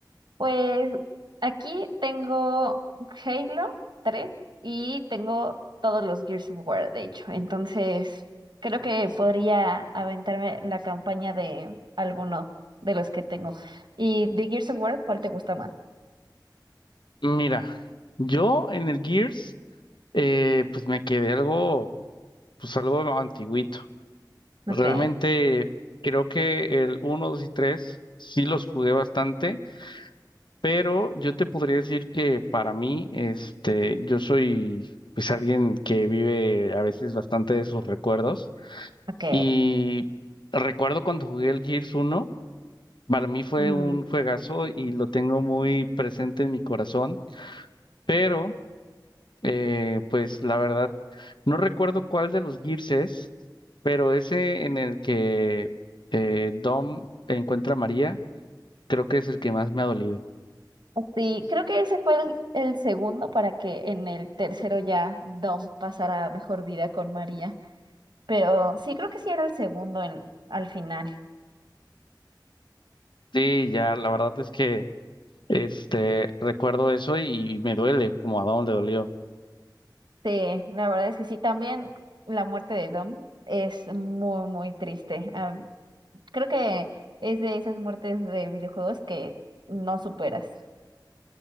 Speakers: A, on the right; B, on the left.
A: Pues aquí tengo Halo tres y tengo todos los Gears of War, de hecho. Entonces, creo que podría aventarme la campaña de alguno de los que tengo. Y de Gears of War, ¿cuál te gusta más?
B: Mira, yo en el Gears, eh, pues me quedé algo, pues algo antiguito. Realmente
A: Ok,
B: creo que el uno, 2 y 3 sí los jugué bastante, pero yo te podría decir que para mí, este, yo soy pues alguien que vive a veces bastante de sus recuerdos.
A: ok.
B: Y recuerdo cuando jugué el Gears uno para mí fue
A: Mm,
B: un juegazo y lo tengo muy presente en mi corazón, pero eh, pues la verdad, no recuerdo cuál de los Gears es, pero ese en el que eh, Dom encuentra a María, creo que es el que más me ha dolido.
A: Sí, creo que ese fue el, el segundo para que en el tercero ya Dom pasara mejor vida con María. Pero sí, creo que sí era el segundo en- al final.
B: Sí, ya, la verdad es que este recuerdo eso y me duele como a Dom le dolió.
A: Sí, la verdad es que sí. También la muerte de Dom es muy, muy triste. Ah, creo que es de esas muertes de videojuegos que no superas.